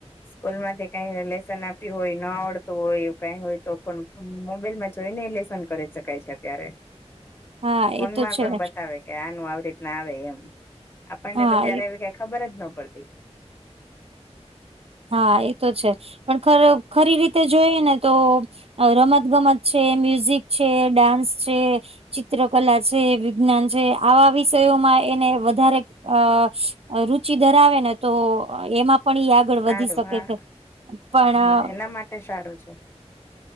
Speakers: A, on the left; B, on the right.
A: સ્કૂલ માંથી કઈ લેસન આપ્યું હોય ન આવડતું હોય એ કઈ હોય તો પણ મોબાઈલમાં જોઈને એ લેસન કરી શકાય છે અત્યારે
B: હા
A: ફોનમાં
B: એ તો છે
A: પણ બતાવે કે આનું આવી રીતના આવે એમ આપણને
B: હા
A: તો ત્યારે એવી કઈ ખબર જ ન પડતી.
B: હા એ તો છે પણ ખ ખરી રીતે જોઈ ને તો રમત ગમત છે મ્યુઝિક છે ડાન્સ છે ચિત્ર કલા છે વિજ્ઞાન છે આવા વિષયોમાં એને વધારે અ રુચિ ધરાવે ને તો એમાં પણ આગળ
A: સારું
B: વધી શકે
A: હા
B: છે. પણ
A: હા એના માટે સારું છે.